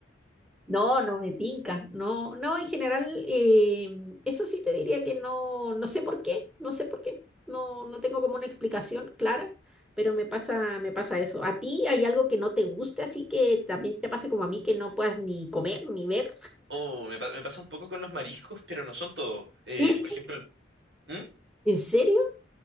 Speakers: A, in the centre; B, on the right.
A: No, no me tinca, no, no, en general, eh, eso sí te diría que no, no sé por qué, no sé por qué, no, no tengo como una explicación clara, pero me pasa, me pasa eso. ¿A ti hay algo que no te guste, así que también te pase como a mí, que no puedas ni comer ni ver?
B: Oh, me, pa- me pasa un poco con los mariscos, pero no son todos. Eh,
A: ¿Serio?
B: por ejemplo, ¿Mm?
A: ¿En serio?